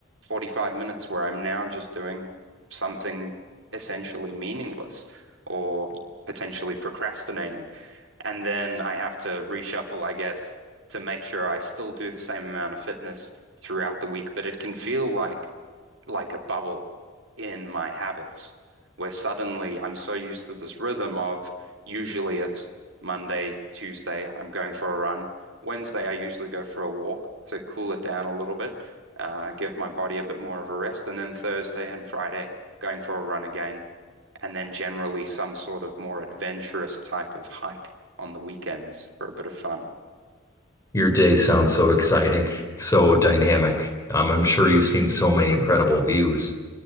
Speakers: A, on the right (about 80°); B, on the left (about 15°).
A: 45 minutes where I'm now just doing something essentially meaningless or potentially procrastinating? And then I have to reshuffle, I guess, to make sure I still do the same amount of fitness throughout the week. But it can feel like like a bubble in my habits where suddenly I'm so used to this rhythm of usually it's Monday, Tuesday, I'm going for a run. Wednesday, I usually go for a walk to cool it down a little bit, uh, give my body a bit more of a rest. And then Thursday and Friday, going for a run again. And then generally some sort of more adventurous type of hike on the weekends for a bit of fun.
B: your day sounds so exciting, <laughs> so dynamic. Um, I'm sure you've seen so many incredible views.